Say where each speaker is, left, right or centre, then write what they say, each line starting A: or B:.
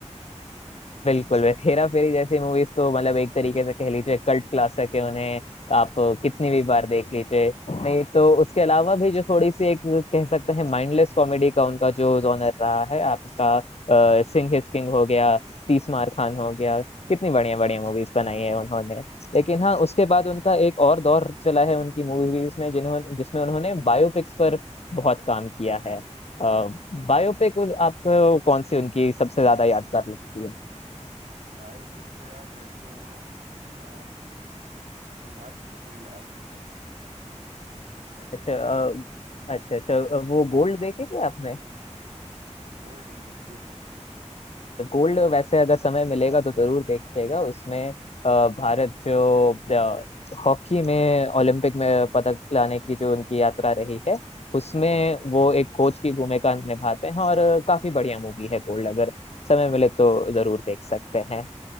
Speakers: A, on the left; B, on the right.
A: बिल्कुल बिल्कुल। हेरा फेरी जैसी मूवीज तो मतलब एक तरीके से कह लीजिए कल्ट क्लासिक है उन्हें आप कितनी भी बार देख लीजिए नहीं तो उसके अलावा भी जो थोड़ी सी एक कह सकते हैं माइंडलेस कॉमेडी का उनका जो जॉनर रहा है आपका अ, सिंह इज किंग हो गया तीस मार खान हो गया कितनी बढ़िया बढ़िया मूवीज बनाई है उन्होंने लेकिन हाँ उसके बाद उनका एक और दौर चला है उनकी मूवीज में जिन्होंने जिसमें उन्होंने बायोपिक्स पर बहुत काम किया है बायोपिक आपको कौन सी उनकी सबसे ज्यादा यादगार लगती है
B: बायोपिक तो यार मेरे को अ, अक्षय कुमार की तो कोई याद नहीं है ऐसे। सच
A: अच्छा अ, अच्छा अच्छा अ, वो गोल्ड देखी थी आपने
B: बोल्ड नहीं देखी है भाई
A: गोल्ड वैसे अगर समय मिलेगा तो जरूर देखिएगा उसमें अ, भारत जो अ, हॉकी में ओलंपिक में पदक लाने की जो उनकी यात्रा रही है उसमें वो
B: अच्छा अच्छा
A: एक कोच की भूमिका निभाते हैं और काफी बढ़िया मूवी है गोल्ड अगर समय मिले तो जरूर देख सकते हैं